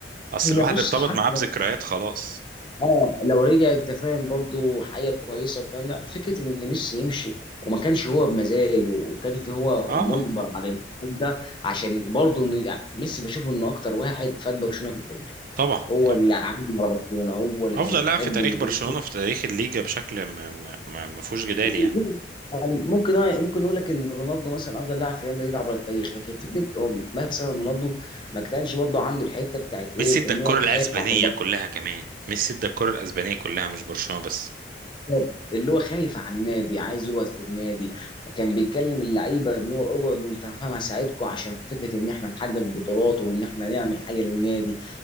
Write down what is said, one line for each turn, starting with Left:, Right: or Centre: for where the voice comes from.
Right: اصل
Left: هي
Right: الواحد
Left: بص
Right: ارتبط
Left: حتى
Right: معاه بذكريات خلاص
Left: اه لو رجع انت فاهم برضو حاجه كويسه والكلام ده فكره ان ميسي يمشي وما كانش هو بمزاجه وكانت ان هو
Right: اه
Left: مجبر على الانتقال ده عشان برضو ان يعني ميسي بشوفه انه اكتر واحد فات برشلونه في التاريخ
Right: طبعا
Left: هو
Right: طبعا
Left: اللي عامل على برشلونه هو اللي
Right: افضل
Left: كان بيحب
Right: لاعب في تاريخ
Left: ان
Right: برشلونه في تاريخ الليجا بشكل ما ما ما ما فيهوش جدال
Left: <laughs>
Right: يعني
Left: يعني ممكن ممكن نقول لك ان رونالدو مثلا افضل لاعب في ريال مدريد عبر التاريخ لكن فكره هو مثلا رونالدو ما كانش برضو عنده الحته بتاعت ايه
Right: ميسي ادى
Left: ان
Right: الكره
Left: هو خايف
Right: الاسبانيه
Left: على البطل.
Right: كلها كمان ميسي ادى الكره الاسبانيه كلها مش برشلونه بس
Left: بالظبط اللي هو خايف على النادي عايز يقعد في النادي كان بيكلم اللعيبه ان هو اقعد وانت فاهم هساعدكم عشان فكره ان احنا نحقق بطولات وان احنا نعمل حاجه للنادي